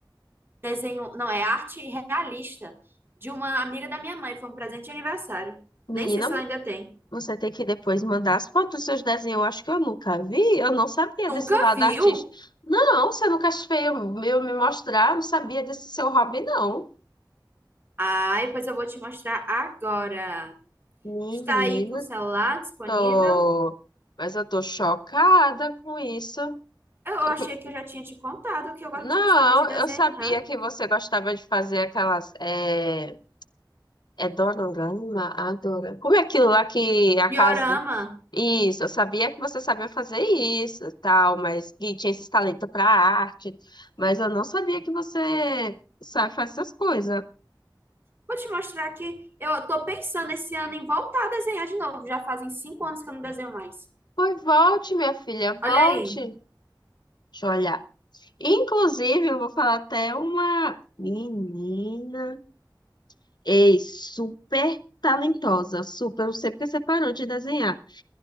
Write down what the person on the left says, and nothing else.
menina,
você tem que depois mandar as fotos dos seus desenhos. Eu acho que eu nunca vi, eu não sabia
desse lado
artista Não, você nunca fez eu eu me mostrar, eu não sabia desse seu hobby, não.
Menina.
Tô, mas eu tô chocada com isso.
Eu
que-
Não,
eu sabia que você gostava de fazer aquelas. É, é Dororama? Adora. Como é aquilo lá que a
casinha. Isso, eu sabia que você sabia fazer isso e tal, mas que tinha esse talento para arte. Mas eu não sabia que você sabe fazer essas coisas.
Pois volte, minha filha, volte.
Deixa eu olhar. Inclusive, eu vou falar até uma menina. Ei, super talentosa, super. Não sei porque você parou de desenhar.